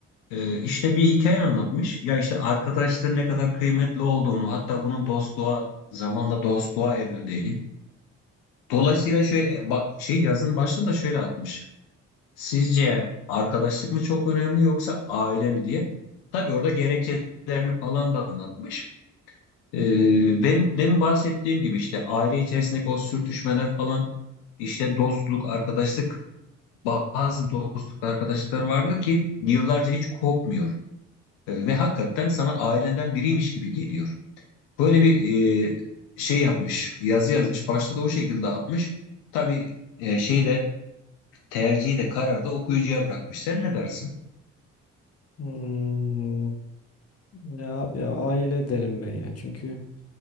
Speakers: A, on the left; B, on the left.
A: Ee, işte bir hikaye anlatmış. Ya işte arkadaşların ne kadar kıymetli olduğunu, hatta bunun dostluğa, zamanla dostluğa evrildiğini. Dolayısıyla şöyle e, bak şey yazının başlığını da şöyle atmış. Sizce arkadaşlık mı çok önemli yoksa aile mi diye. Tabii orada gerekçelerini falan da anlatmış. Ee, benim demin bahsettiğim gibi işte aile içerisindeki o sürtüşmeler falan işte dostluk, arkadaşlık bazı dostluk, arkadaşlıklar vardır ki yıllarca hiç kopmuyor. Ee, ve hakikaten sana ailenden biriymiş gibi geliyor. Böyle bir e, şey yapmış, yazı yazmış. Başta da o şekilde atmış. Tabii e, şeyi de tercihi de kararı da okuyucuya bırakmış. Sen ne dersin?
B: Hmm, ne abi ya aile derim ben ya. Çünkü